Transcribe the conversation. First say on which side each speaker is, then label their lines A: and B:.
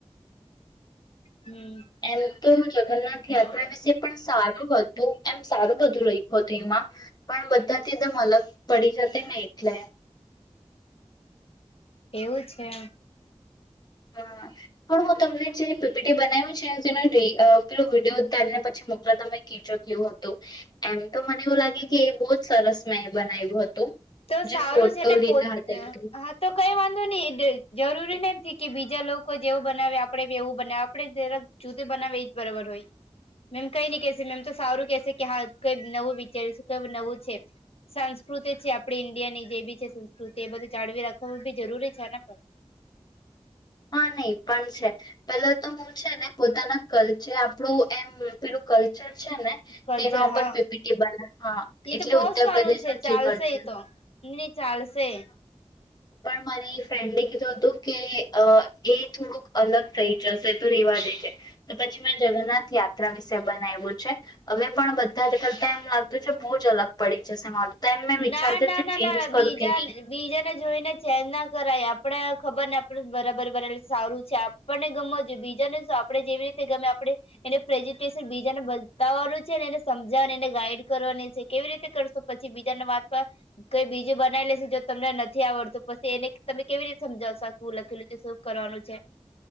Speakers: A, on the left; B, on the left.
A: હમ
B: એમ તો જગન્નાથ યાત્રા
A: બરાબર
B: વિશે પણ સારું હતું એમ સારું બધું લખ્યું હતું એમાં પણ બધાથી જેમ અલગ પડી જતી નહી એટલે
A: એવું છે.
B: હા. <unintelligible> તમને જે પીપીટી બનાવ્યું છે તે પેલો વિડીયો ઉતારીને પછી મોકલા તમે <unintelligible> હતું એમ તો મને એવું લાગે કે એ બહુ જ સરસ મેં બનાવ્યું હતું.
A: તો
B: જે
A: સારું
B: ફોટો
A: છે ને
B: લીધા
A: પો
B: હતા એકદમ
A: હા તો કઈ વાંધો નહી જરૂરી નથીને કે બીજ બીજા લોકો જેવું બનાવે આપણેે એવું બનાવે આપણે જરાક જુદું બનાવે એજ બરાબર હોય. મેમ કઈ નઈ કેશે મેમ તો સારું કેશે કે હા કઈ નવું વિચારીશું કે નવું છે. સંસ્કૃતિ આપ આપણી ઈન્ડિયા ની જે બી છે સંસ્કૃતિ એ બધું જાળવી રાખ બી જરૂરી છે ને પણ.
B: હા નહી પણ છે પેલા તો હું છે ને પોતાના કલ્ચર આપણું એમ પેલું કલ્ચર છે ને
A: કલ્ચર
B: તેના ઉપર
A: હા
B: પીપીટી બનાવું હા
A: એ
B: એટલે
A: તો બહુ
B: ઉત્તર
A: સારું
B: પ્રદેશ
A: છે
B: કલ્ચર
A: ચાલશે
B: છે.
A: એ તો ની ચાલશે.
B: પણ મારી ફ્રેન્ડે કીધું હતું કે એ થોડુંક અલગ થઇ જશે તો રેવા દે. તો પછી મે જગન્નાથ યાત્રા વિશે બનાવ્યું છે હવે પણ બધા જ કરતા એમ લાગતું છે બહુ જ અલગ પડી જશે મારું તો એમ મેં વિચારતી
A: ના ના ના
B: ચેન્જ
A: ના
B: કરું
A: બીજા
B: કે નહી
A: બીજા ને જોઈને ચેક ના કરાય આપણેે ખબર ને આપણે બરાબર બનેલ સારું છે આપણને ગમે સમજ બીજાને શું આપડણે જેવી રીતે ગમે આપણે એને પ્રેઝન્ટેશન બીજાને બતાવાનું છે ને એને સમ <unintelligible> ગાઈડ કરવાની છે કેવી રીતે કરશો પછી વાતમાં કોઈ બીજું બનાવી લેશે જો તમને નથી આવડતું પછી એને તમે કેવી રીતે સમજાવો લખેલું છે, શું કરવાનું છે.